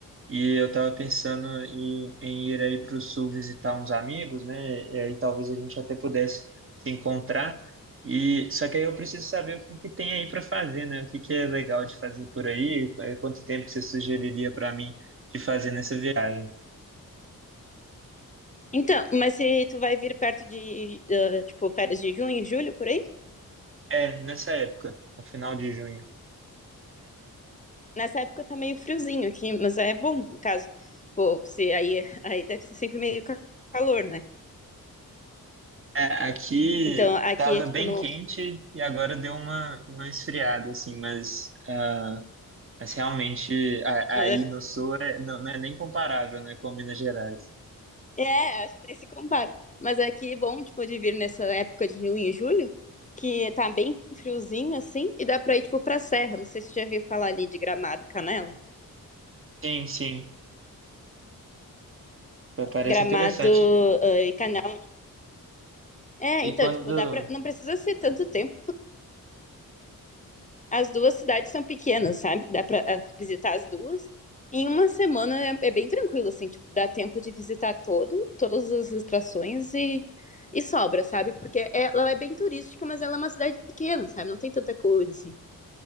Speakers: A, on the right (about 35°); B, on the left (about 20°).
A: e eu tava pensando em, em ir aí para o sul visitar uns amigos, né? E aí talvez a gente até pudesse se encontrar. E só que aí eu preciso saber o que que tem aí para fazer, né? O que que é legal de fazer por aí? eh, Quanto tempo que você sugeriria para mim de fazer nessa viagem?
B: Então, mas se tu vai vir perto de, ah, tipo, férias de junho, julho, por aí?
A: É, nessa época, no final de junho.
B: Nessa época tá meio friozinho aqui, mas é bom, no caso. Tipo, se aí, aí deve ser sempre meio calor, né?
A: É, aqui
B: Então, aqui
A: tava
B: é tipo
A: bem
B: no.
A: quente e agora deu uma, uma esfriada, assim, mas, é, mas realmente a-
B: Mas
A: aí
B: acho-
A: no sul é- não, não é nem comparável, né, com Minas Gerais.
B: é, acho que nem se compara. Mas aqui é bom, tipo, de vir nessa época de junho e julho, que tá bem friozinho, assim, e dá pra ir, tipo, pra serra. Não sei se você já viu falar ali de Gramado, Canela.
A: Sim, sim, pa- parece
B: Gramado,
A: interessante.
B: ah, e Canela. É,
A: E
B: então,
A: quando,
B: tipo, dá pra. Não precisa ser tanto tempo. as duas cidades são pequenas, sabe? Dá pra ah, visitar as duas. Em uma semana é, é bem tranquilo, assim, tipo, dá tempo de visitar todo, todas as atrações e, e sobra, sabe? Porque é- ela é bem turística, mas ela é uma cidade pequena, sabe? Não tem tanta coisa, assim,